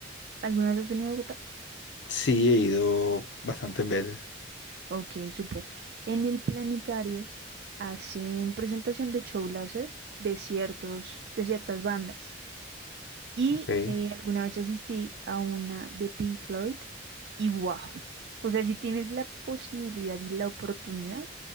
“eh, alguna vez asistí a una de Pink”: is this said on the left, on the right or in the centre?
Right